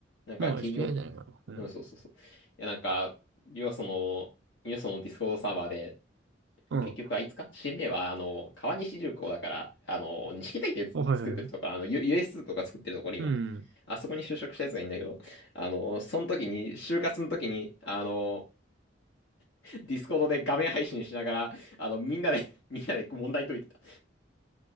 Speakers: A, on the left; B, on the right.
A: なんか企業、
B: もう SPI じゃないかな。うん。
A: うんそうそうそう。いや、なんか、よその、よそのディスコードサーバーで、
B: うん。
A: 結局あいつか新名は、あの、川西重工だから、あの、錦帯って作ってるところ、
B: あはいはいはい。
A: あの、U- ス s 2とか作ってるところ、今。
B: うん。
A: あそこに就職したやつがいいんだけど、あの、その時に、就活の時に、あの、ディスコードで画面配信しながら、あの、みんなで <laughs> みんなで問題解いてた。